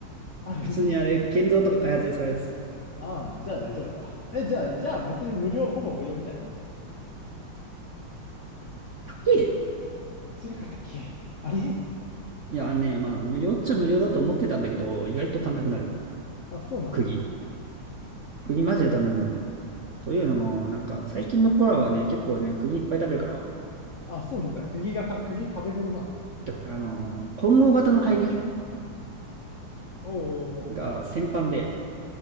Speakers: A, on the left; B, on the right.
A: ある
B: 普通にあれ、建造とか開発で使うやつ。ん
A: <laughs> ああ、じゃあ大丈夫だわ。え、じゃあ、じゃあ別に無料、ほぼ無料みたいなもんじゃん。
B: 高えよ。
A: 違かったっけあれ
B: いや、あのね、まあ、無料っちゃ無料だと思ってたんだけど、意外と足んなくなる。
A: うん。あ、そうなの
B: 釘。釘マジで足んなくなるね。というのも、なんか、最近の子らはね、結構ね、釘いっぱい食べるから、
A: あ、そうなんだ。釘がた、釘食べ頃なのね。
B: てあのー混合型の買いに
A: おうおうおう、
B: が先般で、